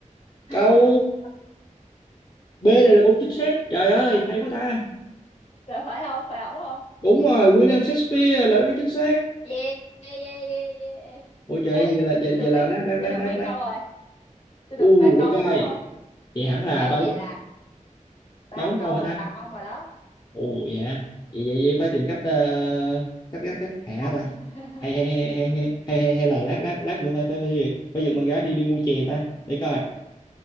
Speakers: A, on the left; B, on the left.
A: Câu
B: <laughs>
A: B này là câu chính xác. Trời ơi, hay quá ta.
B: Là phải không? Phải ổng không?
A: Đúng rồi, William Shakespeare là đáp án chính xác.
B: Yeah, yeah, yeah, yeah. yeah.
A: Ôi trời,
B: Ê,
A: vậy là vậy,
B: tôi được
A: vậy là
B: mấy
A: lát lát
B: tôi
A: lát
B: được
A: lát
B: mấy
A: lát.
B: câu rồi? tôi
A: U
B: được ba câu
A: để coi.
B: rồi đúng không
A: Vậy hẳn là
B: Ê
A: ba bốn
B: vậy là ba
A: ba bốn
B: câu
A: câu hả ta?
B: là bằng ông rồi đó
A: Ồ dạ. Vậy vậy vậy phải tìm cách ờ, cách cách cách hạ
B: không
A: ta.
B: nha.
A: Hay hay hay hay hay hay hay hay là lát lát lát nữa phải phải phải phải giật bạn gái đi đi mua chè ta. Để coi.